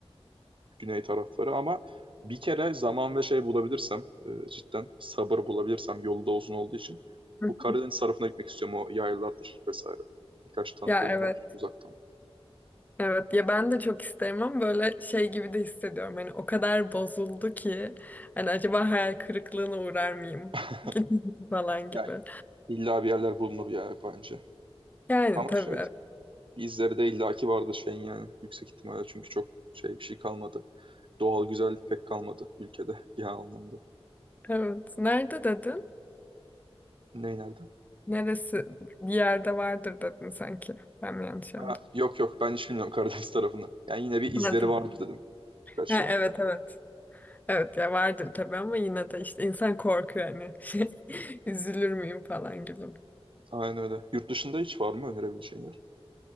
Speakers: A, on the right; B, on the left.
A: Güney tarafları ama bir kere zaman ve şey bulabilirsem e, cidden sabır bulabilirsem yolu da uzun olduğu için
B: Hı
A: bu
B: hı.
A: Karadeniz tarafına gitmek istiyorum o yaylalardır vesaire. Birkaç tanıdığım
B: Ya evet.
A: var uzaktan.
B: Evet ya ben de çok isterim ama böyle şey gibi de hissediyorum. Hani o kadar bozuldu ki hani acaba hayal kırıklığına uğrar mıyım
A: <laughs>
B: <laughs> falan
A: Yani
B: gibi.
A: illa bir yerler bulunur ya bence.
B: Yani
A: Ama
B: tabii.
A: şey izleri de illaki vardır şeyin yani yüksek ihtimalle çünkü çok şey bir şey kalmadı. Doğal güzellik pek kalmadı ülkede genel anlamda.
B: Evet. Nerede dedin?
A: Ne nerede?
B: Neresi? Bir yerde vardır dedin sanki. Ben mi yanlış anladım?
A: Ha, yok yok ben hiç bilmiyorum Karadeniz tarafını. Yani yine bir izleri
B: Ha, tamam.
A: vardır dedim birkaç
B: Ha,
A: şey.
B: evet evet. Evet ya vardır tabii ama yine de işte insan korkuyor hani <laughs> şey üzülür müyüm falan gibi.
A: Aynen öyle. Yurt dışında hiç var mı önerebileceğin yer?